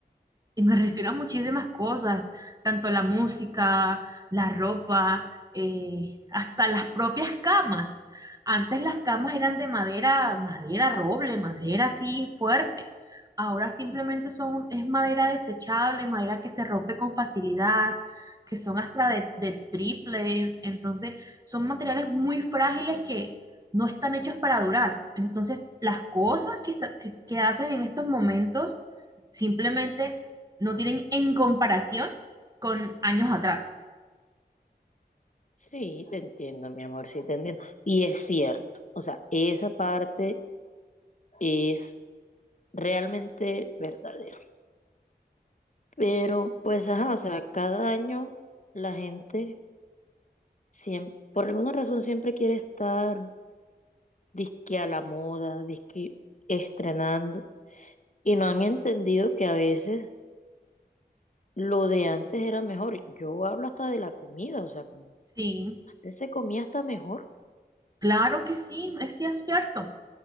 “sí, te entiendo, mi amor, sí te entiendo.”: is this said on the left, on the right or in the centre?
Left